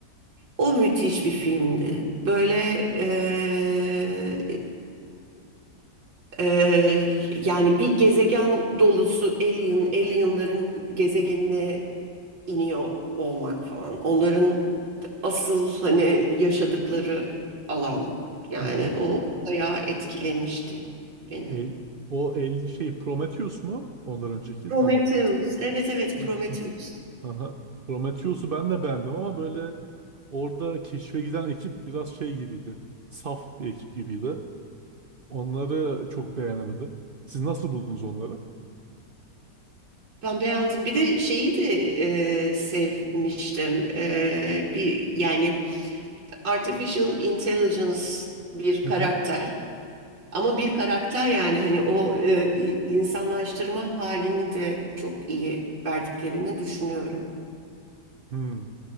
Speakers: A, on the right (about 85°); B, on the right (about 65°).
A: O müthiş bir filmdi. Böyle eee, Ee, yani bir gezegen dolusu alien, alienların gezegenine iniyor olmak falan. Onların asıl hani yaşadıkları alan. Yani
B: Hı hı.
A: o bayağı etkilemişti beni.
B: El, o el şey Prometheus mu? Ondan önceki
A: Prometheus.
B: tam at.
A: Evet evet
B: Ha,
A: Prometheus.
B: ha, ha, ha. Prometheus'u ben de beğendim ama böyle orada keşfe giden ekip biraz şey gibiydi. Saf bir ekip gibiydi. Onları çok beğenemedim. Siz nasıl buldunuz onları?
A: Ben beğendim. Bir de şeyi de e, sevmiştim. E, bir yani artificial intelligence bir
B: Hı
A: karakter.
B: hı.
A: Ama bir karakter yani hani o e, i- insanlaştırma halini de çok iyi verdiklerini düşünüyorum.
B: Hmm.